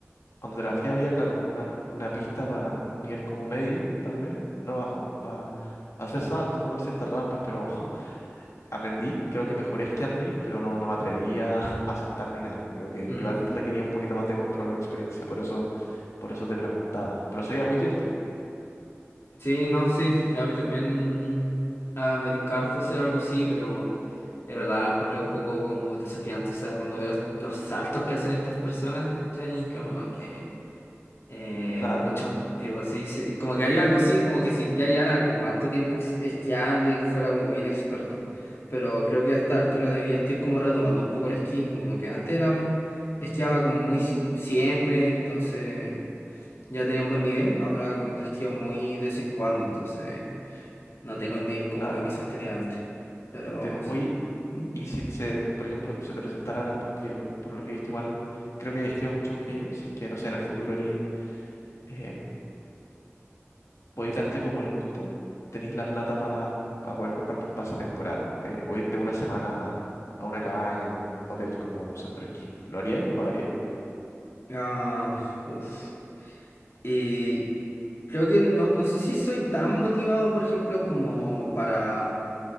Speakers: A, on the left; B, on the left.
A: donde trabajé, había, claro, como una, una pista para unir como medio, tal vez, no bajo, para hacer saltos, tomar ciertas rampas, pero <laughs> aprendí, creo que mejoré esquiando ahí, pero no, no me atrevía <laughs> a saltar ni nada. Creo que
B: Mm.
A: igual requería un poquito más de control o experiencia, por eso, por eso te preguntaba. Pero sería muy divertido.
B: Sí, no, sí. A mí también ah, me encanta hacer algo así, pero de verdad lo encuentro un poco como desafiante. O sea, cuando veo los saltos que hacen estas personas, ¿cachai? Como que... Eh,
A: Claro,
B: mucho, tipo, sí, sí, como que haría algo así, como que si ya llevara como harto tiempo es- esquiando y fuera como bien experto. Pero creo que a esta altura de mi vida estoy como retomando un poco el esquí, como que antes era, esquiaba como muy si- siempre, entonces ya tenía un buen nivel, ahora como que esquío muy de vez en cuando, entonces no
A: Mm.
B: tengo el nivel como
A: claro,
B: que quizás tenía antes. Pero
A: te entiendo.
B: sí.
A: Oye,
B: mm.
A: Y si se, por ejemplo, se te presentara, la- porque lo- por lo que he visto igual, creo que hayas quedado mucho más que yo, si es que, no sé, en el futuro harías, em, podéis darte como el gusto, tenéis la plata para poder comprarte un pase de temporada, eh, o irte una semana a una cabaña, a algún hotel como en un centro de esquí. ¿Lo haríais? ¿Lo pagaríais?
B: Ah, uf. Y creo que no, no sé si soy tan motivado, por ejemplo, como para